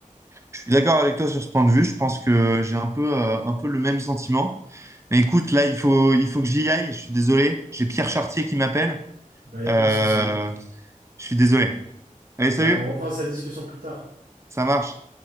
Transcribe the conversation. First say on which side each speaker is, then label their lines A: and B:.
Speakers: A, on the right; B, on the right.
A: Je suis d'accord avec toi sur ce point de vue. Je pense que j'ai un peu, euh, un peu le même sentiment. Mais écoute, là, il faut, il faut que j'y aille. Je suis désolé. J'ai Pierre Chartier qui m'appelle.
B: Bah, il n'y a
A: Euh,
B: pas de souci.
A: je suis désolé. Allez, salut.
B: Bah, on reprend cette discussion plus tard.
A: Ça marche.